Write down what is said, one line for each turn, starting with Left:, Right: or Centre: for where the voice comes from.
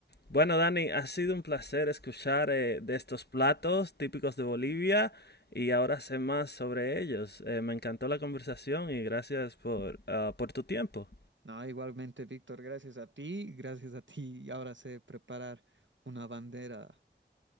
Left: Bueno, Dani, ha sido un placer escuchar eh, de estos platos típicos de Bolivia y ahora sé más sobre ellos. Eh, me encantó la conversación y gracias por, ah, por tu tiempo.
Right: No, igualmente, Víctor, gracias a ti, gracias a ti. y Ahora sé preparar una bandera